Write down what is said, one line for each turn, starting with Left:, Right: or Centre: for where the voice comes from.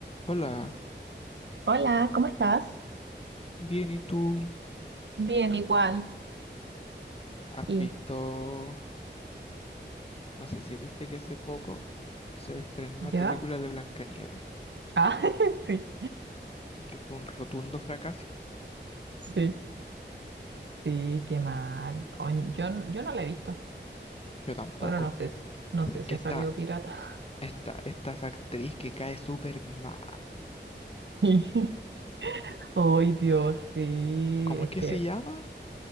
Left: Hola,
Right: Hola, ¿cómo estás?
Left: bien, ¿y tú?
Right: Bien, igual.
Left: ¿Has
Right: ¿Y
Left: visto, no sé si viste que hace poco se estrenó una
Right: ¿Ya?
Left: película de Blancanieves
Right: Ah, <laughs> sí,
Left: y que fue un rotundo fracaso?
Right: sí, sí, qué mal. Ay, Yo, n- yo no la he visto.
Left: Yo tampoco.
Right: Bueno, no sé, si- no
Left: Es
Right: sé si
Left: que
Right: ha
Left: esta,
Right: salido pirata.
Left: esta, esta es actriz que cae súper mal.
Right: <laughs> Ay, Dios, sí.
Left: ¿Cómo
Right: Es
Left: es que
Right: que
Left: se llama?